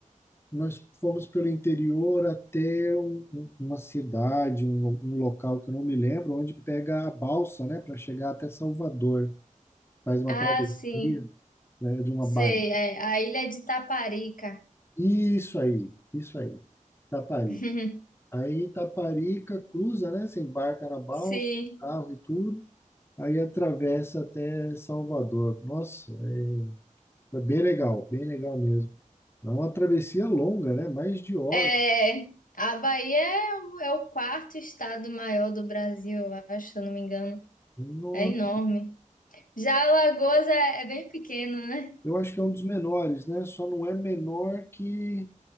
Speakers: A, on the left; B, on the left.
A: Nós fomos pelo interior até um- um- uma cidade, um, um local que eu não me lembro, onde pega a balsa, né, para chegar até Salvador. Faz uma
B: Ah,
A: travessia,
B: sim.
A: né, de uma baía.
B: Sei, é a Ilha de Taparica.
A: Isso aí, isso aí, Itaparica.
B: <laughs>
A: Aí Itaparica cruza, né? Você embarca na balsa,
B: Sim.
A: carro e tudo. Aí atravessa até Salvador. Nossa, é, foi bem legal, bem legal mesmo. É uma travessia longa, né? Mais de hora.
B: É, a Bahia é, o é o quarto estado maior do Brasil, eu acho, se eu não me engano.
A: Nossa,
B: É enorme. Já Alagoas é, é bem pequeno, né?
A: Eu acho que é um dos menores, né? Só não é menor que,